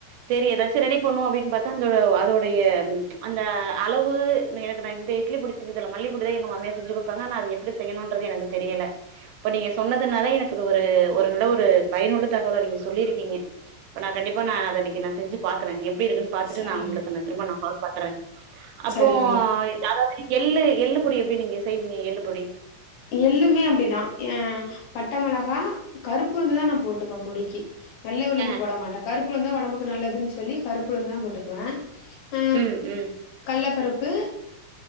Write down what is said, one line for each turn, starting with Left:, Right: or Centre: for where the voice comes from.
Right: சேரி ஏதாச்சும் ரெடி பண்ணுவோ அப்டின்னு பாத்தா அந்த அதோடைய அந்த அளவு எனக்கு நா இந்த இட்லிப்பொடி செஞ்சதில்ல மல்லிப்பொடிதா எங்க மாமியார் செஞ்சு குடுப்பாங்கா ஆனா அது எப்டி செய்ணும்ன்றது எனக்கு தெரில இப்ப நீங்க சொன்னதுனால எனக்கு இது ஒரு ஒரு நல்ல ஒரு பயனுள்ள தகவல நீங்க சொல்லியிருக்கீங்க இப்ப நா கண்டிப்பா நா அத இன்னைக்கு நா செஞ்சு பாக்கறே எப் டி இருக்குனு பாத்துட்டு
Left: சரிங்க
Right: நா உங்களுக்கு திரும்ப நா கால் பண்றே அப்றோ
Left: சரிம்மா
Right: அதா து எள்ளு எள்ளு பொடி எப்டி நீங்க செய்வீங்க எள்ளு பொடி
Left: எள்ளுமே அப்டிதா எ பட்ட மொளகா கருப்பு உளுந்துதா நா போட்டுப்ப பொடிக்கு வெள்ள உளுந்து
Right: ஆ
Left: போட மாட்ட கருப்பு உளுந்துதா ஒடம்புக்கு நல்லதுனு சொல்லி கருப்புளுந்துதா போட்டுக்குவ அ
Right: ம் ம்
Left: கல்லபருப்பு